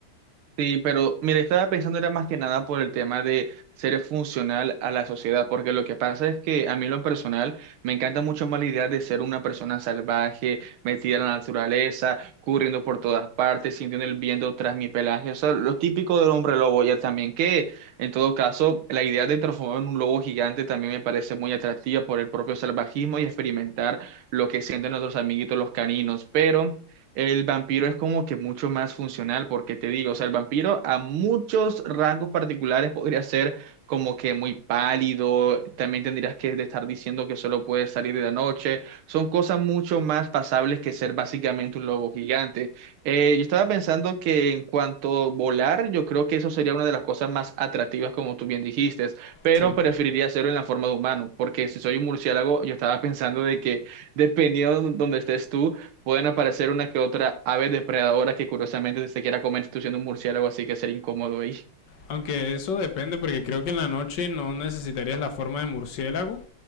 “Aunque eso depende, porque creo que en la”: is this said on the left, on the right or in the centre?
Left